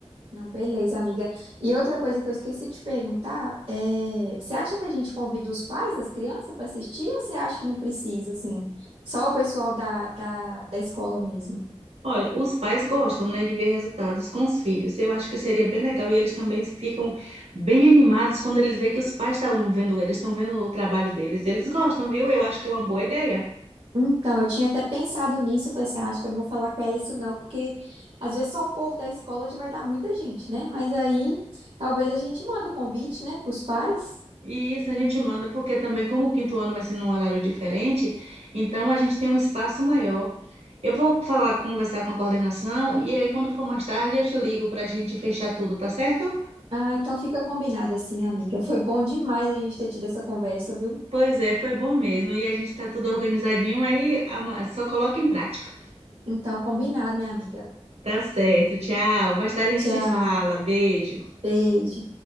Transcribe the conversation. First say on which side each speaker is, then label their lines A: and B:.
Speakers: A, on the right; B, on the right.
A: Não, beleza, amiga. E outra coisa que eu esqueci de te perguntar é, você acha que a gente convida os pais das crianças para assistir ou você acha que não precisa, assim? Só o pessoal da, da, da escola mesmo?
B: Olha, os pais gostam, né, de ver resultados com os filhos. Eu acho que seria bem legal e eles também ficam bem animados quando eles veem que os pais estão vendo eles, estão vendo o trabalho deles. Eles gostam, viu? Eu acho que é uma boa ideia.
A: Então, eu tinha até pensado nisso, eu falei assim, "Ah, acho que eu não vou falar com ela isso não, porque às vezes só o povo da escola já vai dar muita gente, né? Mas aí talvez a gente manda o convite, né, para os pais.
B: E isso a gente manda porque também, como o quinto ano vai ser num horário diferente, então a gente tem um espaço maior. Eu vou falar, conversar com a coordenação e aí quando for mais tarde eu te ligo para a gente fechar tudo, tá certo?
A: Ah, então fica combinado assim, amiga. Foi bom demais a gente ter tido essa conversa, viu?
B: Pois é, foi bom mesmo. E a gente tá tudo organizadinho aí, ama- só coloca em prática.
A: Então, combinado, minha amiga.
B: Tá certo, tchau. Mais tarde a gente
A: Tchau.
B: se fala. Beijo.
A: Beijo.